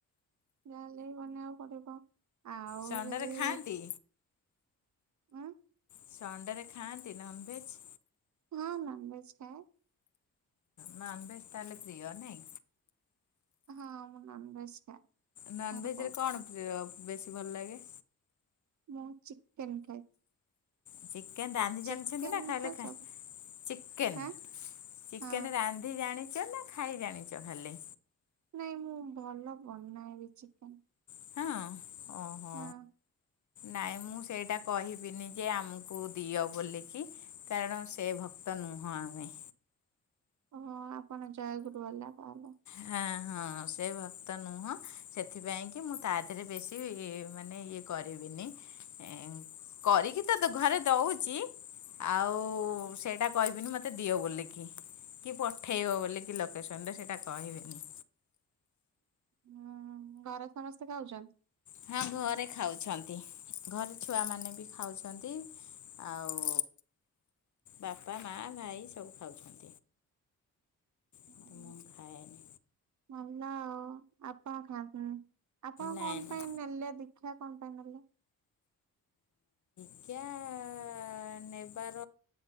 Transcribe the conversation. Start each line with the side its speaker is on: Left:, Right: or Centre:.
Right: ଯାହାଲେ ବି ବନେଇଆକୁ ପଡିବ। ଆଉ
Left: ସଣ୍ଡେରେ
Right: ଯଦି
Left: ଖାଆନ୍ତି
Right: ଉୁଁ।
Left: ସଣ୍ଡେ ରେ ଖାଆନ୍ତି ନନ୍ ଭେଜ।
Right: ହଁ ନନଭେଜ ଖାଏ।
Left: ନନଭେଜ ତାହେଲେ ପ୍ରିୟ ନାଇଁ।
Right: ହଁ ମୁଁ ନନଭେଜ ଖାଏ।
Left: ନନଭେଜରେ
Right: ମୋର ବହୁତ
Left: କଣ ପ୍ରିୟ ବେଶୀ ଭଲଲାଗେ।
Right: ମୁଁ ଚିକେନ ଖାଏ।
Left: ଚିକେନ ରାନ୍ଧି
Right: ଚିକେନ
Left: ଜାଣିଛନ୍ତିନା ଖାଲି
Right: ର
Left: ଖାଆ
Right: ସବୁ
Left: ଚିକେନ
Right: ଆଁ
Left: ଚିକେନ
Right: ହଁ
Left: ରାନ୍ଧି ଜାଣିଚନା ଖାଇ ଜାଣିଚ ଖାଲି।
Right: ନାଇଁ ମୁଁ ଭଲ ବନାଏବି ଚିକେନ।
Left: <unintelligible> ହଁ ଓହୋ।
Right: ହଁ।
Left: ନାଇଁ ମୁଁ ସେଇଟା କହିବିନିଯେ ଆମକୁ ଦିଅ ବୋଲିକି। କାରଣ ସେ ଭକ୍ତ ନୁହଁ ଆମେ।
Right: ଓହୋ ଆପଣ ଜୟାଗୁରୁ ବାଲା ତାହେଲେ।
Left: ହାଁ ହଁ ସେ ଭକ୍ତ ନୁହଁ। ସେଥିପାଇଁକି ମୁଁ ତା ଦେହରେ ବେଶୀ ଇ ଇ ମାନେ ଇଏ କରିବିନି। ଏଁ କରିକିତ ଘରେ ଦଉଚି। ଆଉ ସେଇଟା କହିବିନି ମତେ ଦିଅ ବୋଲକିି। କି ପଠେଇବ ବୋଲିକି ଲୋକେସନଟା ସେଇଟା କହିବିନି।
Right: ହଁ ହଁ ଘରେ ସମସ୍ତେ ଖାଉଛନ୍ତି।
Left: ହଁ ଘରେ ଖାଉଛନ୍ତି ଘରେ ଛୁଆମାନେବି ଖାଉଛନ୍ତି। ଆଉ ବାପା ମା ଭାଇ ସବୁ ଖାଉଛନ୍ତି। କିନ୍ତୁ
Right: ଓହ
Left: ମୁଁ ଖାଏନି
Right: ଭଲ ଆଉ ଆପଣ ଖାଆନ୍ତିନି। ଆପଣ
Left: ନାଇଁ
Right: କଣ
Left: ନାଇଁ
Right: ପାଇଁ ନେଲେ ଦୀକ୍ଷା କଣ ପାଇଁ ନେଲେ?
Left: କ୍ୟା ଆ ଆ ଆ ଆଁ ନେବାର